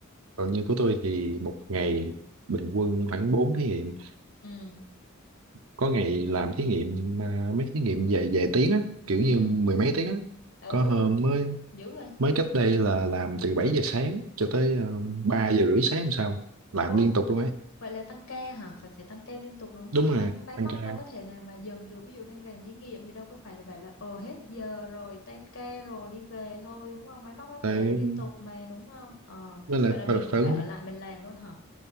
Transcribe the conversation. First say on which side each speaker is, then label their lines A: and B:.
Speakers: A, on the right; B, on the left.
A: còn như của tôi thì một ngày bình quân khoảng bốn thí nghiệm
B: Ừ,
A: có ngày làm thí nghiệm à, mấy thí nghiệm về về tiếng á kiểu
B: ừ.
A: như mười mấy tiếng á
B: Ừ,
A: có hôm mới
B: dữ rồi.
A: mới cách đây là làm từ 7 giờ sáng cho tới uh, 3 giờ rưỡi sáng làm sao làm
B: Ừ.
A: liên tục luôn ấy
B: Vậy là tăng ca hả? Phải phải tăng ca liên tục đúng
A: đúng
B: không?
A: rồi
B: Máy máy
A: tăng
B: móc
A: ca
B: đâu có thể nào mà dừng được. Ví dụ đang làm thí nghiệm thì đâu có phải là bảo là ờ hết giờ rồi, tan ca rồi đi về thôi đúng không? Máy móc nó
A: tại
B: phải làm liên tục mà đúng không? Ờ,
A: với lại
B: vậy là mình
A: phở,
B: cũng
A: phở
B: phải ở lại mình làm luôn hả?